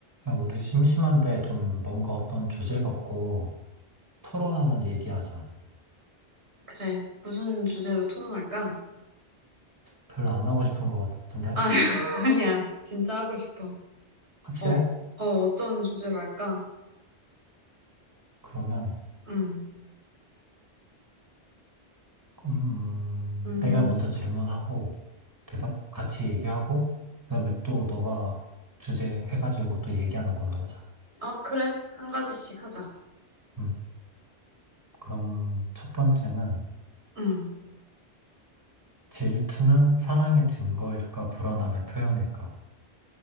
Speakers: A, on the right; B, on the right.
A: 야, 우리 심심한데 좀 뭔가 어떤 주제 갖고 토론하는 얘기하자.
B: 그래. 무슨 주제로 토론할까?
A: 별로 안 하고 싶은 것 같은데?
B: 아, <laughs> 아니야. 진짜 하고 싶어.
A: 확실해?
B: 어, 어, 어떤 주제로 할까?
A: 그러면,
B: 음,
A: 음,
B: 음,
A: 내가 먼저 질문하고, 대답, 같이 얘기하고, 그다음에 또 너가 주제 해가지고 또 얘기하는 걸로 하자.
B: 어, 그래. 한 가지씩 하자.
A: 음, 그럼 첫 번째는,
B: 음,
A: 질투는 사랑의 증거일까, 불안함의 표현일까?